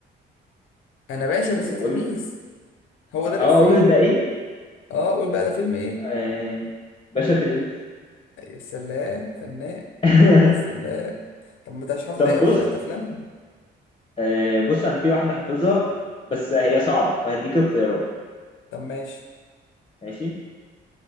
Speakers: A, on the left; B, on the left.
A: انا باشا
B: طب
A: بس
B: قول
A: تلميذ هو
B: اه
A: ده الافيه
B: اقول ده ايه
A: اه قول بقى ده فيلم ايه
B: آه باشا تلميذ
A: يا سلام فنان
B: <laughs>
A: يا سلام طب ما انت مش حافظ
B: طب
A: اي
B: بص
A: افات افلام
B: آه بص انا في واحده حافظها بس هي صعبه فهديك اختيارات
A: طب ماشي
B: ماشي